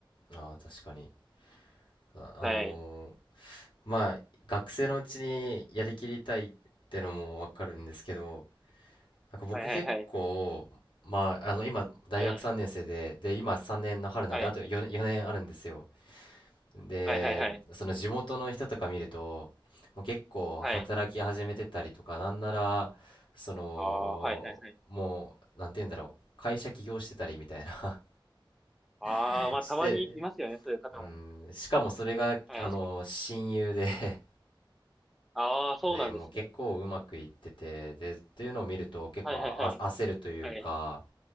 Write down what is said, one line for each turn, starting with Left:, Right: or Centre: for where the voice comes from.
Left: ああ、確かに。あ、あのー
Centre: はい。
Left: まあ学生のうちにやりきりたいってのもわかるんですけどなんか僕結構まああの今大学3年生でで今3年の春なんであと4、
Centre: はいはいはい。はい。はい。
Left: 4年あるんですよでその地元の人とか見るともう結構働き始めてたりとかなんならそのもうなんて言うんだろう会社起業してたりみたいな
Centre: はいはいはい。はい。ああ、はいはいはい。ああ、
Left: <laughs>
Centre: まあ、
Left: して
Centre: たまにいますよね、そういう方も。
Left: うんしかもそれがあの親友で
Centre: はい。ああ、そうなんですね。
Left: でもう結構うまくいっててでっていうのを見ると結構あ焦るというか、
Centre: はいはいはい。はい。